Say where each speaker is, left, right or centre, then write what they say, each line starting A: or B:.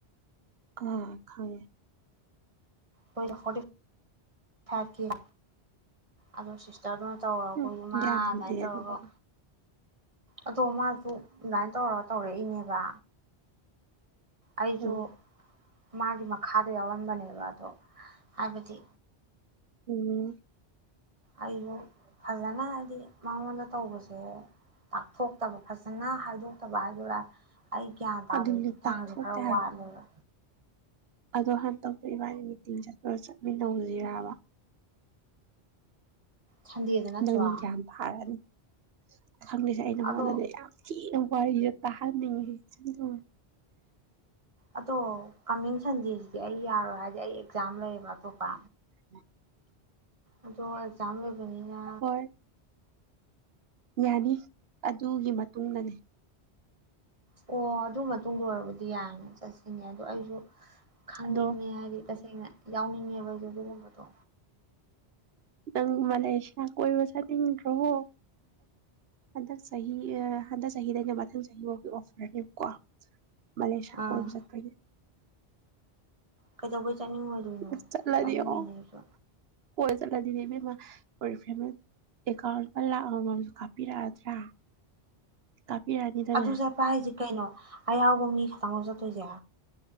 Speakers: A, on the right; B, on the right.
A: ꯑ ꯈꯪꯉꯦ
B: ꯊꯦ ꯑꯗꯨ ꯁꯤꯁꯗꯨꯅ <unintelligible> ꯇꯧꯔ
A: ꯎꯝ
B: ꯀꯏ ꯏꯃ
A: ꯌꯥꯝꯗꯦ
B: ꯑꯗꯨꯃꯥꯏꯅ ꯇꯧꯔꯒ
A: ꯑꯗꯨꯒ
B: ꯑꯗꯣ ꯃꯥꯁꯨ ꯑꯗꯨꯃꯥꯏꯅ ꯇꯧꯔ ꯇꯧꯔꯛꯏꯅꯦꯕ ꯑꯩꯁꯨ
A: ꯎꯝ
B: ꯃꯥꯒꯤ ꯃꯈꯥ ꯑꯗꯨ ꯌꯥꯎꯔꯟꯕꯅꯦꯕ ꯑꯗꯣ ꯍꯥꯏꯕꯗꯤ
A: ꯎꯝ
B: ꯑꯩꯕꯨ ꯐꯖꯅ ꯍꯥꯏꯗꯤ ꯃꯥ <unintelligible> ꯇꯧꯕꯁꯦ ꯇꯥꯛꯊꯣꯛꯇꯕ ꯐꯖꯅ ꯍꯥꯏꯗꯣꯛꯇꯕ ꯍꯥꯏꯗꯔꯥ ꯑꯩ ꯒ꯭ꯌꯥꯟ ꯇꯥꯕꯒꯤ
A: ꯑꯗꯨꯅꯦ
B: ꯆꯥꯡꯁꯦ
A: ꯇꯥꯛꯊꯣꯛꯇꯦ
B: ꯈꯔ
A: ꯍꯥꯏꯕ
B: ꯋꯥꯠꯂꯦꯕ
A: ꯑꯗꯣ ꯍ ꯇꯣꯛ ꯏꯕꯥꯅꯤ ꯃꯤꯇꯤꯡ ꯆꯠ ꯈꯔ ꯆꯠꯃꯤꯟꯅꯧꯁꯤꯔꯔꯕ
B: ꯁꯟꯗꯦꯗ ꯅꯠꯇ꯭ꯔꯣ
A: ꯅꯪꯒ꯭ꯌꯥꯟ ꯐꯥꯔꯅꯤ <inaudible> ꯈꯪꯂꯤꯁꯦ ꯑꯩ ꯅꯉꯣꯟꯗ
B: ꯑꯗꯣ
A: ꯌꯥꯝ ꯊꯤꯅ ꯋꯥꯔꯤꯁ ꯇꯥꯍꯟꯅꯤꯡꯉ
B: ꯑꯗꯣ ꯀꯃꯤꯡ ꯁꯟꯗꯦꯁꯤꯗꯤ ꯑꯩ ꯌꯥꯔꯣꯏ ꯍꯥꯏꯗꯤ ꯑꯩ ꯑꯦꯛꯖꯥꯝ ꯂꯩꯌꯦꯕ ꯑꯇꯣꯞꯄ
A: ꯎ
B: ꯑꯗꯨꯗꯣ ꯆꯝꯕꯅꯤꯔ
A: ꯍꯣꯏ ꯌꯥꯅꯤ ꯑꯗꯨꯒꯤ ꯃꯇꯨꯡꯗꯅꯦ
B: ꯑꯣ ꯑꯗꯨ ꯃꯇꯨꯡꯗ ꯑꯣꯏꯔꯕꯗꯤ ꯌꯥꯏꯅꯦ ꯆꯠꯁꯤꯅꯦ ꯑꯗꯣ ꯑꯩꯁꯨ ꯈꯪꯅꯤꯡꯉꯦ
A: ꯑꯗꯣ
B: ꯍꯥꯏꯗꯤ ꯑꯁ ꯁꯦꯡꯅ ꯌꯥꯎꯅꯤꯡꯉꯦꯕ ꯑꯗꯨꯒꯨꯝꯕꯗꯣ꯫
A: ꯅꯪ ꯃꯂꯦꯁꯤꯌꯥ ꯀꯣꯏꯕ ꯆꯠꯅꯤꯡꯗꯔꯣ? ꯍꯟꯗꯛ ꯆꯍꯤ ꯑꯥ ꯍꯟꯗꯛ ꯆꯍꯤꯗꯩꯅ ꯃꯊꯪ ꯆꯍꯤꯐꯥꯎꯒꯤ ꯑꯣꯐꯔꯅꯦꯕꯀꯣ꯫ ꯃꯂꯦꯁꯤꯌꯥ
B: ꯑꯥ
A: ꯀꯣꯏꯕ ꯆꯠꯄꯥꯒꯤ꯫
B: ꯀꯩꯗꯧꯕꯩ ꯆꯥꯅꯤꯡꯉꯣꯏꯗꯣꯏꯅꯣ
A: ꯑꯁ ꯆꯠꯂꯗꯤ
B: ꯆꯠꯅꯤꯡꯉꯤꯅꯦ
A: ꯑꯣ
B: ꯑꯩꯁꯨ꯫
A: ꯀꯣꯏ ꯆꯠꯂꯗꯤꯅꯦ ꯏꯕꯦꯝꯃ ꯑꯣꯔꯤꯐꯂꯦꯝꯅ ꯑꯀꯧꯟꯠ ꯂꯨꯄꯥ ꯂꯥꯛ ꯑꯃꯃꯝꯁꯨ ꯀꯥꯞꯄꯤꯔꯛꯑꯗ꯭ꯔꯥ꯫ ꯀꯥꯞꯄꯤꯔꯛꯑꯅꯤꯗꯅ
B: ꯑꯗꯨ ꯆꯠꯄ ꯍꯥꯏꯁꯤ ꯀꯩꯅꯣ ꯑꯌꯥꯎꯕ ꯃꯤ ꯈꯇꯪ ꯂꯧ ꯆꯠꯄ ꯇꯣꯏꯖꯦ꯫